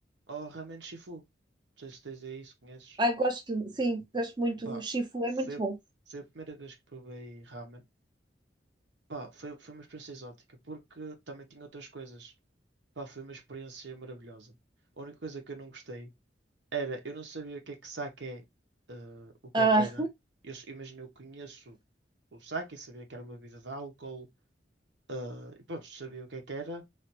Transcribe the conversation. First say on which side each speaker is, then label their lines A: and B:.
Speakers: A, on the right; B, on the right.
A: ao Ramen Shifu. Não sei se tens aí, se conheces.
B: Ai, gosto, sim, gosto muito.
A: Pá,
B: O chifu
A: foi,
B: é muito
A: a-
B: bom.
A: foi a primeira vez que provei ramen. Pá, foi, foi uma experiência exótica, porque também tinha outras coisas. Pá, foi uma experiência maravilhosa. A única coisa que eu não gostei era, eu não sabia o que é que sake é, eh, o que
B: Ah,
A: é que era. Eu, s- imagina, eu conheço o sake, sabia que era uma bebida de álcool, eh, e pronto, sabia o que é que era,